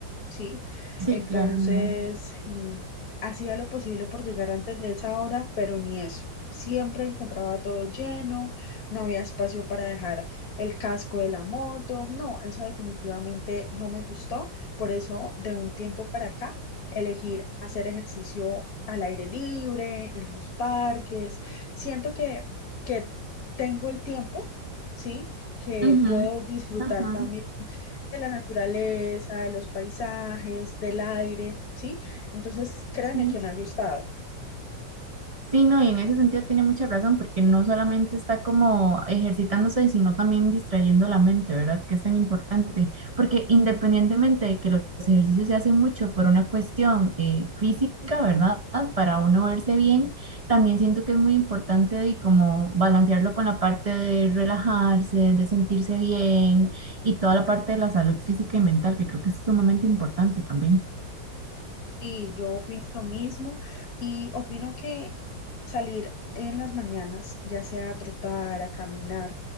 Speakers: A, on the left (about 55°); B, on the right (about 40°).
A: ¿sí?
B: sí,
A: Entonces,
B: claro, me imagino.
A: mm, hacía lo posible por llegar antes de esa hora, pero ni eso. Siempre encontraba todo lleno, no había espacio para dejar el casco de la moto. No, eso definitivamente no me gustó. Por eso, de un tiempo para acá, elegir hacer ejercicio al aire libre, en los parques. Siento que, que tengo el tiempo, ¿sí? Que
B: Ujú,
A: puedo disfrutar
B: Ajá,
A: también de la naturaleza, de los paisajes, del aire, ¿sí? Entonces, créeme
B: sí.
A: que me ha gustado.
B: Sí, no, y en ese sentido tiene mucha razón, porque no solamente está como ejercitándose, sino también distrayendo la mente, ¿verdad? Que es tan importante, porque independientemente de que los ejercicios se hacen mucho por una cuestión eh, física, ¿verdad? Para uno verse bien, también siento que es muy importante de como balancearlo con la parte de relajarse, de sentirse bien y toda la parte de la salud física y mental, que creo que es sumamente importante también.
A: Y yo opino lo mismo y opino que salir en las mañanas, ya sea a trotar, a caminar,